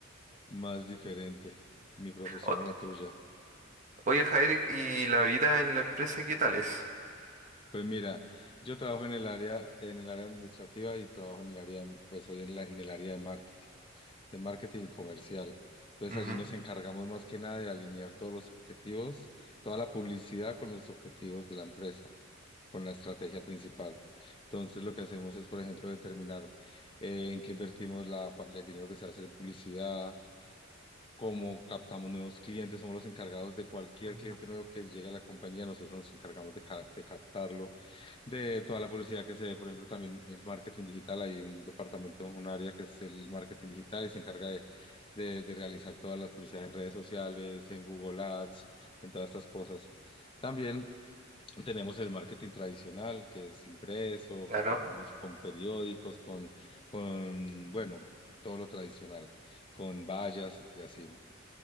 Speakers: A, on the left; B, on the right.
A: más diferente, mi profesión
B: O-
A: a la tuya.
B: oye, Jair, ¿y la vida en la empresa qué tal es?
A: Pues mira, yo trabajo en el área, en el área administrativa y trabajo en el área, pues soy en, la- en el área de marketing, de marketing y comercial. Entonces
B: Ujú.
A: allí nos encargamos más que nada de alinear todos los objetivos, toda la publicidad con los objetivos de la empresa, con la estrategia principal. Entonces lo que hacemos es, por ejemplo, determinar eh, en qué invertimos la, pa- el dinero que se va a hacer en publicidad, Como captamos nuevos clientes, somos los encargados de cualquier
B: Ah,
A: cliente nuevo que llegue a la compañía, nosotros nos encargamos de, ca- de captarlo, de toda la publicidad que se ve, por ejemplo, también el marketing digital, hay un departamento, un área que es el marketing digital y se encarga de, de, de realizar todas las publicidades en redes sociales, en Google Ads, en todas estas cosas. También tenemos el marketing tradicional, que es impreso,
B: Claro,
A: que trabajamos con periódicos, con, con, bueno, todo lo tradicional, con vallas y así.